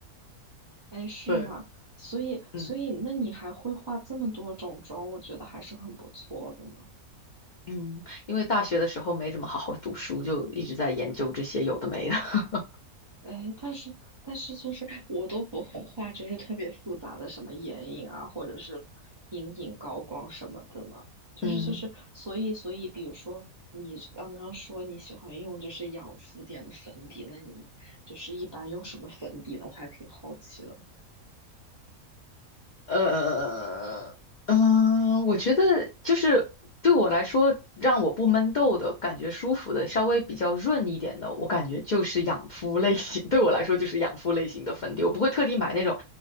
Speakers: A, on the right; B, on the left.
A: 哎，是吗？
B: 对，
A: 所以所以那你还会化这么多种妆，
B: 嗯
A: 我觉得还是很不错的呢。
B: 嗯，因为大学的时候没怎么好好读书，就一直在研究这些有的没的。<laughs>
A: 哎，但是但是就是我都不会画，就是特别复杂的什么眼影啊，或者是阴影、高光什么的呢。就是就是，
B: 嗯。
A: 所以所以，比如说你刚刚说你喜欢用就是养肤点的粉底，那你就是一般用什么粉底呢？我还挺好奇的。
B: 呃，嗯、我觉得就是对我来说，让我不闷痘的感觉舒服的，稍微比较润一点的，我感觉就是养肤类型。<laughs> 对我来说，就是养肤类型的粉底，我不会特地买那种